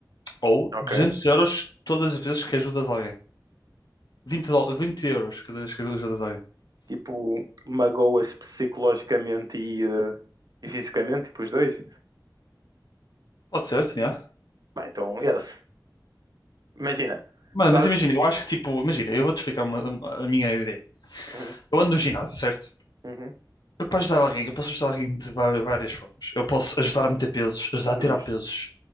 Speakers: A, on the left (about 65°); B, on the right (about 60°).
A: ou
B: ok.
A: 200 euros todas as vezes que ajudas alguém. vinte dol- 20 euros cada vez que ajudas alguém.
B: Tipo, magoas psicologicamente e, eh, e fisicamente, tipo, os dois.
A: Pode ser, yeah.
B: Bem, então, yes. Imagina.
A: Mano,
B: Por causa...
A: mas imagina, eu acho que tipo, imagina, eu vou-te explicar uma- uma- a minha ideia.
B: Uhum,
A: Eu ando no ginásio, certo?
B: uhum,
A: Eu para ajudar alguém, eu posso ajudar alguém de va- várias formas. Eu posso ajudar a meter pesos, ajudar
B: justo.
A: a tirar pesos,